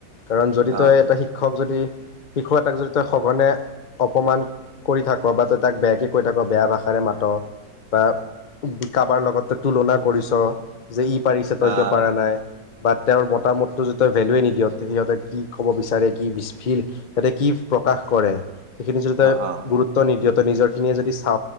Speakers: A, on the left; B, on the right.
A: কাৰণ যদি
B: অ
A: তই এটা শিক্ষক যদি শিশু এটাক যদি তই সঘনে অপমান কৰি থাক বা তই তাক বেয়াকে কৈ থাক বেয়া ভাষাৰে মাত বা কাৰোবাৰ লগতে তুলনা কৰিছ যে ই পাৰিছ তই
B: আহ
A: কিয় পাৰা নাই বা তেওঁৰ মতামতটো য তেওঁ ভেলুৱে নিদিয় সিহঁতে কি ক'ব বিচাৰে কি সিহঁতে কি প্ৰকাশ কৰে সেইখিনি যদি তই
B: অ অ
A: গুৰুত্ব নিদিয় তই নিজৰখিনিয়ে যদি চা